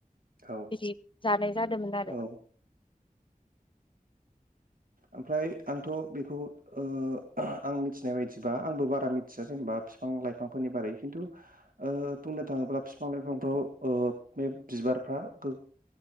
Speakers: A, on the right; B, on the left.
A: औ
B: बिदि जानाय जादोंमोन आरो
A: औ ओमफ्राय आंथ' बेखौ अ आं मिथिनाय बायदिबा आंबो बारा मिथिया जेनेबा बिफां लाइफांफोरनि बारै खिन्थु अ बुंनो थाङोब्ला बिफां लाइफांफ्राव अ बे बिबारफ्रा गो-